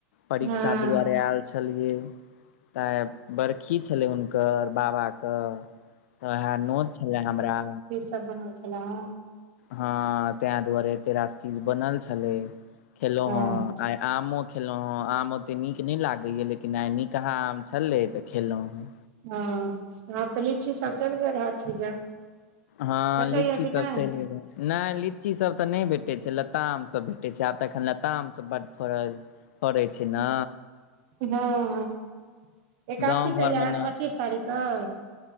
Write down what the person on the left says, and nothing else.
परीक्षा
दुआरे आयल छलियै तऽ आइ बड़खी छलै हुनकर बाबा तऽ ओएह नोत छलैए हमरा
हँ तां दुआरे एतेरास चीज बनल छलै खेलौ
ह आइ आमो खेलहुँ हँ आम ओते नीक नहि लागैया लेकिन आइ निकहा आम छलै तऽ खेलहुँ
हँ
लीची
सब
चलि गेलै नहि लीचीसब तऽ नहि भेटै छै लतामसब भेटै छै आब तऽ एखन लतामसब बड्ड फड़ल फरै छै न
गाँव
घरमे
ने